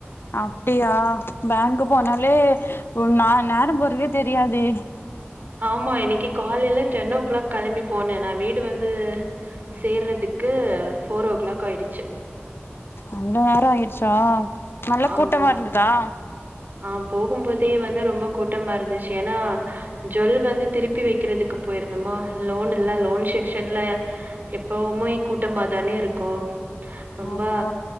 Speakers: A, on the left (about 60°); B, on the right (about 45°).
A: அப்படியா பேங்க்கு போனாலே ஒர் நான் நேரம் பொறதே தெரியாதே
B: ஆமா இன்னைக்கு காலையில டென் ஓ கிளாக் கிளம்பி போனேன் நான் வீடு வந்து சேர்றதுக்கு போஃர் ஓ கிளாக் ஆயிடுச்சு
A: அங்க நேரம் ஆயிடுச்சா நல்ல கூட்டமா
B: ஆமா
A: இருந்ததா
B: ஆஹ் நா போகும்போதே வந்து ரொம்ப கூட்டமா இருந்துச்சு ஏன்னா ஜுவல் வந்து திருப்பி வைக்கிறதுக்கு போயிருந்தமா லோனு எல்லாம் லோன் செக்க்ஷன்ல எப்பவுமய் கூட்டமா தானே இருக்கும் ரொம்ப
A: ஆமா